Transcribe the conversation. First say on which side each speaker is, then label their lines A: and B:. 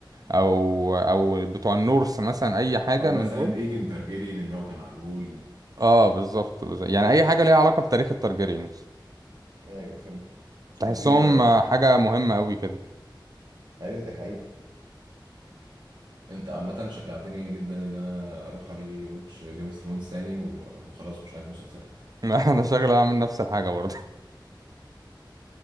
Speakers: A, on the right; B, on the right.
A: او او بتوع النورس مثلا اي حاجه
B: او مثلا
A: من دول
B: ايجن تارجيريان اللي هو كان على الهول
A: اه بالظبط بالظبط. يعني اي حاجه ليها علاقه بتاريخ التارجيريانز
B: ايوه فهمتك
A: تحسهم
B: طب ايه
A: آه، حاجه
B: يعني
A: مهمه قوي كده
B: ايوه دي حقيقة انت عامة شجعتني جدا ان انا اروح اري واتش جيم اوف ثرونز تاني و- وخلاص مش عايز مسلسلات
A: <laughs> انا شغله اعمل نفس الحاجه برضه